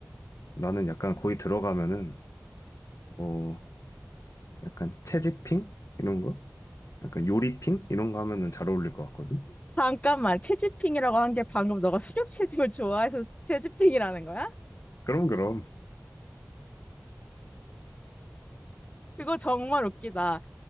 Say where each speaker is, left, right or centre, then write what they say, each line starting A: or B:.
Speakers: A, on the left (about 80°); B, on the left (about 25°).
A: 나는 약간 거기 들어가면은 뭐 약간 채집핑 이런 거, 약간 요리핑 이런 거 하면은 잘 어울릴 것 같거든.
B: 잠깐만. 채집핑이라고 한 게 방금 너가 수렵 채집을 좋아해서 채집핑이라는 거야?
A: 그럼 그럼.
B: 그거 정말 웃기다.